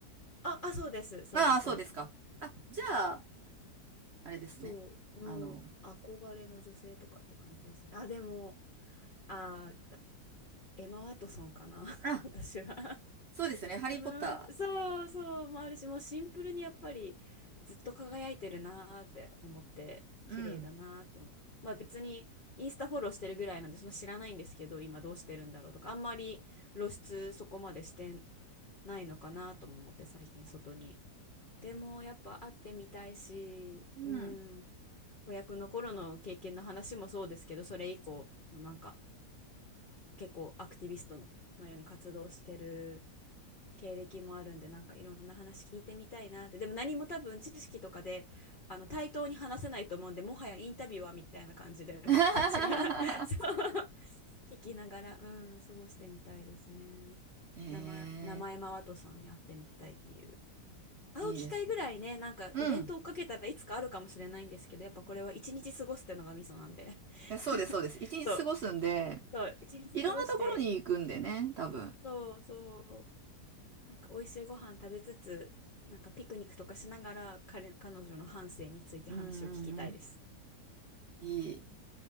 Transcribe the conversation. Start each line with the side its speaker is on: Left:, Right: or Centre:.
Left: あ、あ、そうです、そうです。
Right: ああ、そうですか。あ、じゃあ、あれですね。
Left: そう、うん、
Right: あの、
Left: 憧れの女性とかって感じですね。あ、でも、あー、エマ・ワトソンかな、<laughs>
Right: あ、
Left: 私は。
Right: そうですよね。ハリー・
Left: うん、
Right: ポッタ
Left: そうそうもあるし、もうシンプルにやっぱりずっと輝いてるなーって思って、綺麗だなーって思う。
Right: ー。うん。
Left: まあ別にインスタフォローしてるぐらいなんで、そんな知らないんですけど、今どうしてるんだろうとか、あんまり露出そこまでしてないのかなとも思って最近外に。でもやっぱ会ってみたいし、
Right: うん。
Left: うん、子役の頃の経験の話もそうですけど、それ以降のなんか結構アクティビストのように活動してる。経歴もあるんで、なんかいろんな話聞いてみたいなって。でも何も多分知識とかで、あの、対等に話せないと思うんで、もはやインタビュアーみたいな感じで <laughs>、
Right: <laughs>
Left: こっちが <laughs> そう、聞きながら、うん、過ごしてみたいですね。
Right: ええ
Left: 名前、名前マワトソンに会ってみたいっていう。会う機会ぐらいね、
Right: いいですね。
Left: なんかイベントを追っかけたらいつかあるかもしれないんですけど、
Right: うん。い
Left: やっぱこれは一日過ごすってのがミソなんで。
Right: やそうです、そうです。
Left: <laughs>
Right: 一日過ごすんで、
Left: そう、そう、一日過ごして、
Right: いろんなところに行くんでね、多分。
Left: そうそうなんか美味しいご飯食べつつ、なんかピクニックとかしながら彼、彼女の半生について話を聞きたいです。
Right: うんうんうん。いい。